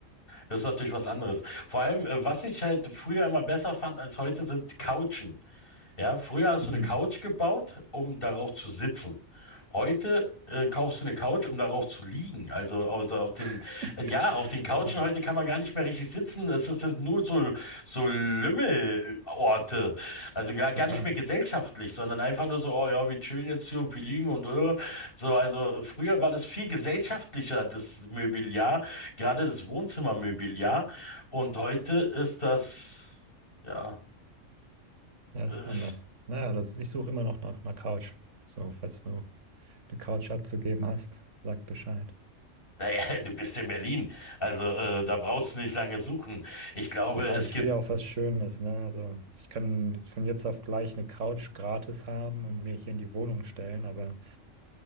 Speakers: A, on the left; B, on the right.
A: das ist natürlich was anderes. Vor allem, äh, was ich halt früher immer besser fand als heute, sind Couchen. Ja, früher hast
B: Mhm.
A: du eine Couch gebaut, um darauf zu sitzen. Heute äh, kaufst du eine Couch, um darauf zu liegen. Also, also auf den,
B: <laughs>
A: ja, auf den Couchen
B: Ja,
A: heute kann man gar nicht mehr richtig sitzen. Es, es sind nur so, so Lümmelorte. Also gar,
B: total.
A: gar nicht mehr gesellschaftlich, sondern einfach nur so, oh ja, wir chillen jetzt hier und wir liegen und äh. So, also früher war das viel gesellschaftlicher, das Mobiliar, gerade das Wohnzimmermobiliar. Und heute ist das, ja.
B: Ja,
A: äh,
B: ist anders. Naja, das, ich suche immer noch nach einer Couch. So, falls du eine Couch abzugeben hast, sag Bescheid.
A: Naja, <laughs> du bist in Berlin. Also äh, da brauchst du nicht lange suchen. Ich glaube,
B: Ja,
A: es
B: ich
A: gibt,
B: will ja auch was Schönes, ne? Also ich kann von jetzt auf gleich eine Couch gratis haben und mir hier in die Wohnung stellen, aber